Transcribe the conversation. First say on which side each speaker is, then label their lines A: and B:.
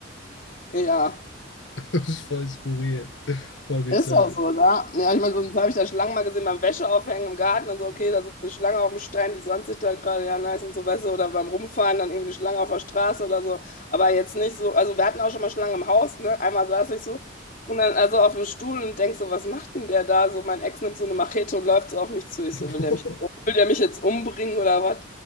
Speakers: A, on the left; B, on the left.
A: Ja.
B: <laughs> das ist voll skurril, voll bizarr.
A: Ist auch so, da Ja, ich meine, sonst habe ich da Schlangen mal gesehen beim Wäscheaufhängen im Garten und so, okay, da sitzt eine Schlange auf dem Stein, die sonnt sich da gerade, ja, nice und so, weißt du, oder beim Rumfahren dann irgendwie eine Schlange auf der Straße oder so. Aber jetzt nicht so, also wir hatten auch schon mal Schlangen im Haus, ne? Einmal saß ich so und dann also auf dem Stuhl und denkst so, was macht denn der da? So, mein Ex nimmt so eine Machete und läuft so auf mich zu. Ich
B: <laughs>
A: so, will der mich, will der mich jetzt umbringen oder was?